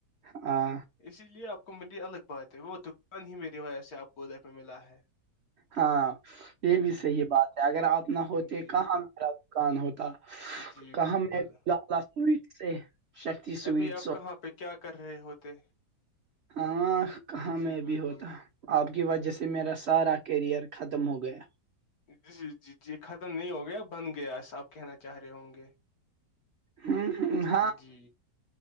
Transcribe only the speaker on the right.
ہاں
ہاں یہ بھی
صحیح بات ہے اگر آپ نہ ہوتے
کہاں میرا دکان ہوتا
کہاں
میں لا سوٹ سے شکتی سویٹس
ہاں کہاں
میں
بھی ہوتا آپ کی وجہ سے میرا سارا کیریئر ختم ہو گیا
ہوں ہ